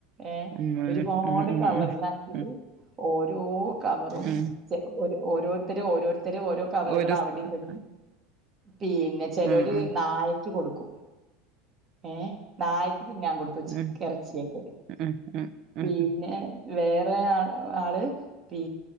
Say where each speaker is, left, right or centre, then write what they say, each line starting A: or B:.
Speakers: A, on the right; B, on the right.
A: ഏഹ്
B: ഉം ഉം
A: ഒരുപാട്
B: ഉം
A: കവറിലാക്കിട്ട്
B: ഉം ഉം
A: ഓരോ കവറും
B: ഉം
A: ചെ ഒരു ഓരോരുത്തര് ഓരോരു ഇത്തരി ഓരോ കവറുകൾ
B: ഒരു
A: അവിടെയും
B: ഉം
A: വര പിന്നെ ചെലൊര്
B: ഉം ഉം
A: നായ ക്കി കൊടുക്കും. ഏഹ് നായക്ക് തിന്നാൻ കൊടുത്തുച്ചി
B: ഉം
A: ഇറച്ചിയായിട്ട്
B: ഉം ഉം
A: പിന്നെ
B: ഉം
A: വേറെ ആ ആള് പി